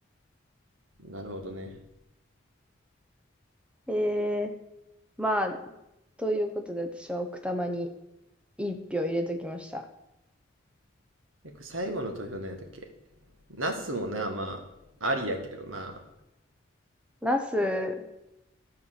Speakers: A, on the right; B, in the centre.
A: なるほどね。
B: ええまあ、ということで私は奥多摩に一票入れときました。
A: え、これ最後の投票何やったっけナスもな、まあ、ありやけどな。
B: ナス、